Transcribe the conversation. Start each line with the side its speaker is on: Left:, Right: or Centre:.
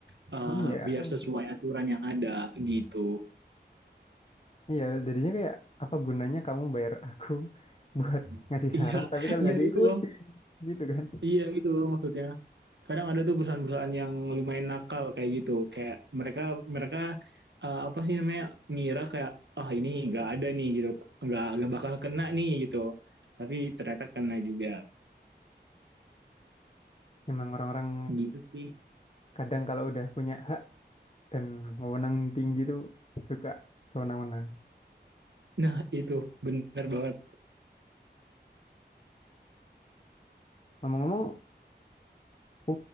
Right: Eh,
Left: Hmm, ya
Right: biar sesuai aturan yang ada gitu
Left: Iya, jadinya kayak apa gunanya kamu bayar aku <laughs> buat
Right: <laughs>
Left: ngasih
Right: iya
Left: saran, tapi kalau nggak
Right: iya
Left: diikutin,
Right: itu loh
Left: gitu kan?
Right: iya itu loh maksudnya kadang ada tuh perusahaan-perusahaan yang lumayan nakal kayak gitu kayak mereka mereka eh, apa sih namanya ngira kayak ah oh, ini nggak ada nih gitu nggak nggak bakal kena nih gitu tapi ternyata kena juga
Left: Emang orang-orang
Right: gitu sih
Left: kadang kalau udah punya hak dan wewenang tinggi tuh suka sewenang-wenang.
Right: nah itu benar banget
Left: Ngomong-ngomong, aku